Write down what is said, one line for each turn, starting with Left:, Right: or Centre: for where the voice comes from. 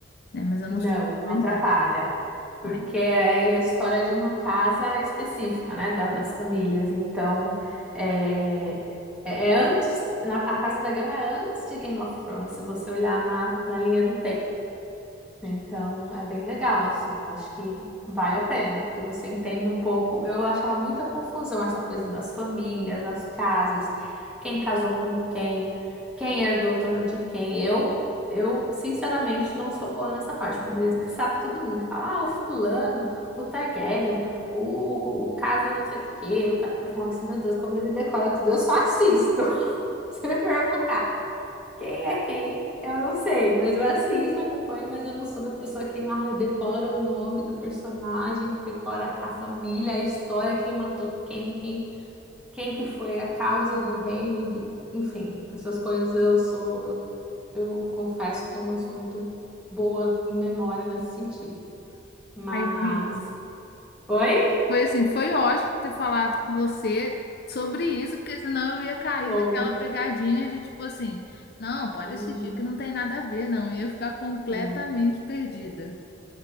Left: né? Mas eu não
Centre: Não,
Left: sei se
Centre: não
Left: é verdade.
Centre: atrapalha. Porque
Left: Aí,
Centre: é a história de uma casa específica, né? da- das famílias. Então, é, é é antes. na- a Casa da Dragão é antes de Game of Thrones, se você olhar na, na linha do então é bem legal, assim, eu acho que vale a pena, porque você entende um pouco. Eu achava muita confusão essa coisa das famílias, das casas, quem casou com quem, quem herdou o trono de quem. Eu, eu sinceramente não sou boa nessa parte. Meu marido que sabe todo mundo, ele fala, ah, o fulano, o Targaryen, o, o, o casa não sei do quê. O ca-". Eu falo assim, meu Deus, como ele decora tudo, eu só assisto. <laughs> Se me perguntar. Quem é quem? Eu não sei, mas eu assisto, acompanho, mas eu não sou da pessoa que ah, decora o nome do personagem, que decora a família, a história, quem matou quem, quem, quem que foi a causa do reino, do... enfim, essas coisas eu sou, eu, eu confesso que eu não sou muito boa em memória nesse sentido. Mas,
Left: aí vivo.
Centre: oi?
Left: Foi assim, foi ótimo ter falado com você sobre isso, porque senão eu ia cair
Centre: Bom.
Left: naquela pegadinha de tipo assim, não, pode
Centre: Uhum.
Left: assistir que não tem nada a ver, não. Eu ia ficar completamente
Centre: É.
Left: perdida.